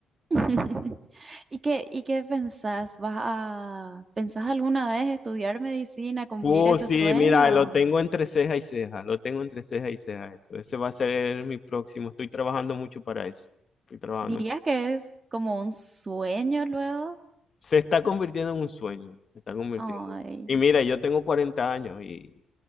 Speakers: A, on the right; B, on the left.
A: <laughs> ¿Y qué, y qué pensás? ¿Vas a, pensás alguna vez estudiar medicina, cumplir
B: Sí, Uh,
A: ese
B: sí,
A: sueño?
B: mira, lo exacto. tengo entre ceja y ceja, lo tengo entre ceja y ceja, eso. Ese va a ser mi próximo. Estoy trabajando mucho para eso. Estoy trabajando.
A: ¿Dirías que es como un sueño luego?
B: Se está convirtiendo en un sueño, se está convirtiendo.
A: Ay,
B: Y mira, yo tengo 40 años y